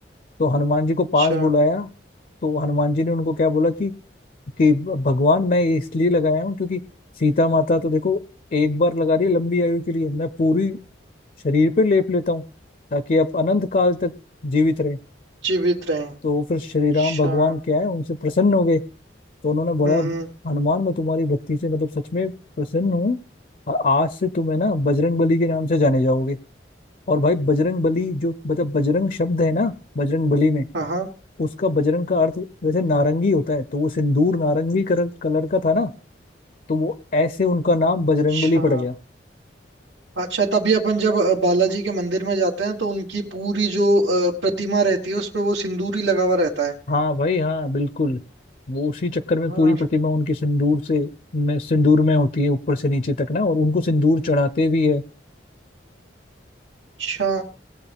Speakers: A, on the left (about 45°); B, on the right (about 85°).
A: तो हनुमान जी को पास
B: अच्छा
A: बुलाया तो हनुमान जी ने उनको क्या बोला कि कि भगवान मैं ये इसलिए लगाया हूँ क्योंकि सीता माता तो देखो एक बार लगा रही है लंबी आयु के लिए मैं पूरी शरीर पे लेप लेता हूँ ताकि आप अनंत काल तक जीवित रहे
B: जीवित रहे
A: तो फिर श्री
B: अच्छा
A: राम भगवान क्या है उनसे प्रसन्न हो गए तो उन्होंने बोला
B: हम्म हम्म,
A: हनुमान मैं तुम्हारी भक्ति से मतलब सच में प्रसन्न हूँ और आज से तुम्हें ना बजरंग बली के नाम से जाने जाओगे और भाई बजरंग बली जो मतलब बजरंग शब्द है ना बजरंग बली में
B: हाँ हाँ
A: उसका बजरंग का अर्थ वैसे नारंगी होता है तो वो सिंदूर नारंगी कलर कलर का था ना तो वो ऐसे उनका नाम बजरंगबली
B: अच्छा
A: पड़ गया
B: अच्छा तभी अपन जब अ, बालाजी के मंदिर में जाते हैं तो उनकी पूरी जो अ, प्रतिमा रहती है उस पे वो सिंदूरी लगा हुआ रहता है
A: हाँ भाई हाँ बिल्कुल वो उसी चक्कर में
B: हाँ,
A: पूरी प्रतिमा उनकी सिंदूर से में सिंदूर में होती है ऊपर से नीचे तक ना और उनको सिंदूर चढ़ाते भी है
B: अच्छा